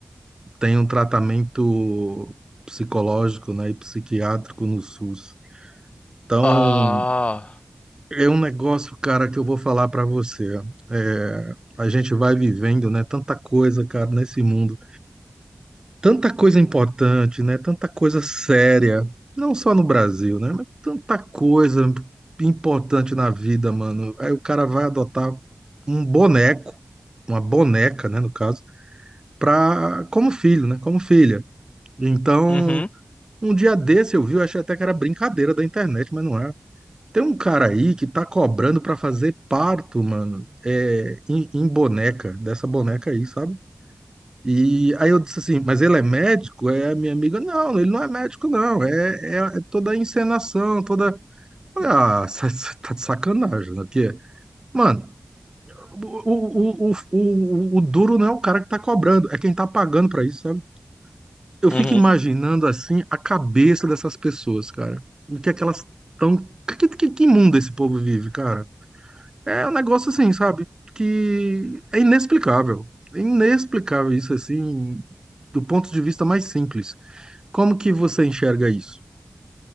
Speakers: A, on the right; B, on the left.
A: tenham tratamento psicológico, né, e psiquiátrico no SUS. Então,
B: Ah.
A: é um negócio, cara, que eu vou falar para você. É, a gente vai vivendo, né, tanta coisa, cara, nesse mundo, tanta coisa importante, né, tanta coisa séria, não só no Brasil, né, mas tanta coisa importante na vida, mano. Aí o cara vai adotar um boneco, uma boneca, né, no caso, pra, como filho, né, como filha. Então,
B: Uhum,
A: um dia desse eu vi, eu achei até que era brincadeira da internet, mas não é. Tem um cara aí que tá cobrando pra fazer parto, mano, é, em, em boneca, dessa boneca aí, sabe? E aí eu disse assim, mas ele é médico? É a minha amiga, não, ele não é médico, não. É, é, é toda a encenação, toda. Falei, Ah, <laughs> sa- sa- tá de sacanagem, né? Porque, mano, o, o, o, o, o o duro não é o cara que tá cobrando, é quem tá pagando pra isso, sabe? Eu fico
B: uhum.
A: imaginando assim a cabeça dessas pessoas, cara. O que é que elas estão. Que, que, que mundo esse povo vive, cara? É um negócio assim, sabe? Que é inexplicável. É inexplicável isso, assim, do ponto de vista mais simples. Como que você enxerga isso?